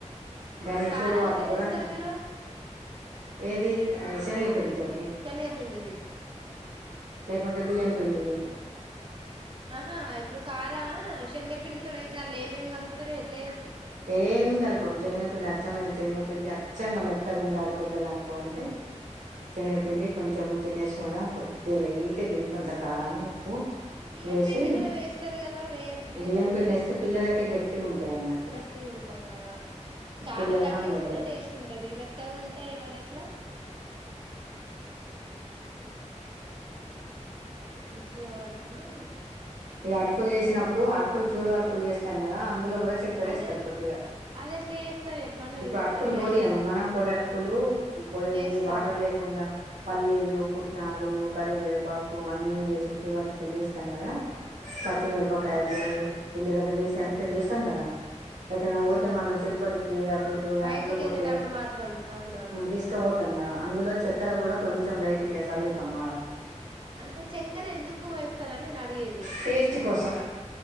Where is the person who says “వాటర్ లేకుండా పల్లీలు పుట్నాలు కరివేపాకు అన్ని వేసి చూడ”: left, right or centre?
Right